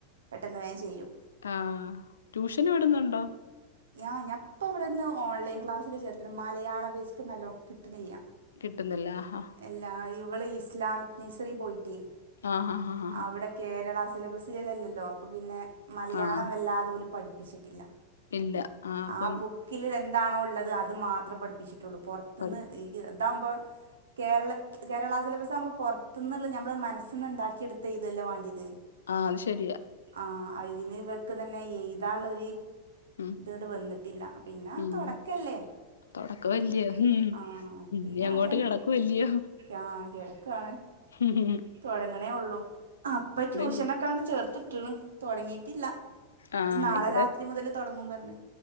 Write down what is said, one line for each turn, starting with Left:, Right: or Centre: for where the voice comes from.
Right: പെട്ടെന്ന് വേ ചെയ്യും.
Left: ആഹ് ട്യൂഷന് വിടുന്നുണ്ടോ?
Right: ഞാ ഞാപ്പ ഇവിടെന്ന് ഓൺലൈൻ ക്ലാസ്സിൽ ചേർത്തി. മലയാള ബേസ്ക്ക് നല്ലോ കിട്ട്ണില്ല
Left: കിട്ടുന്നില്ല. ആഹ്
Right: എല്ലാ ഇവൾ ഇസ്ലാമിക് നഴ്സറി പോയിട്ടേ
Left: ആഹ് ഹാ ഹാ ഹാാ
Right: അവിടെ കേരള സിലബസിലല്ലല്ലോ. അപ്പൊ പിന്നെ മലയാളം
Left: ആഹ്.
Right: വല്ലാതെ ഓല് പഠിപ്പിച്ചിട്ടില്ല.
Left: ഇല്ല. അപ്പം
Right: ആഹ് ബുക്കില് എന്താണോ ഉള്ളത് അത് മാത്രം പഠിപ്പിച്ചിട്ടുള്ളൂ പൊറത്ത്ന്ന്
Left: പഠി
Right: അതാവുമ്പോ കേരള കേരള സിലബസ് ആവുമ്പോ പുറത്തു നിന്ന നമ്മുടെ മനസ് ന്ന് ഇണ്ടാക്കി എടുത്ത ല്ലേ വേണ്ടിയത്.
Left: ആഹ് അത് ശരിയാ
Right: ആഹ് അയിന് ഇവർക്ക് തന്നെ എഴുതാ ള്ളൊരു
Left: ഉം.
Right: ത് വന്നിട്ടില്ല പിന്നെ
Left: ഉം.
Right: തുടക്കല്ലേ
Left: തൊടക്കവല്ല്യോ.
Right: ആഹ് പി
Left: ഉം.
Right: ആഹ്
Left: ഇനി
Right: പിന്നെ
Left: അങ്ങോട്ട്
Right: ആദ്യാണ്
Left: കെടക്കുവല്ല്യോ
Right: ആ കിടക്കാണ്
Left: ഹം ഹ <inaudible>
Right: തുടങ്ങണേ ഉള്ളൂ അപ്പൊ ട്യൂഷനൊ
Left: ഉള്ളൂ.
Right: ക്കേ ചേർത്തിട്ട്ണ്. തുടങ്ങീട്ടില്ല
Left: ആഹ്
Right: നാളെ
Left: ഇവിടെ
Right: രാത്രി മുതൽ തുടങ്ങും പറഞ്ഞെ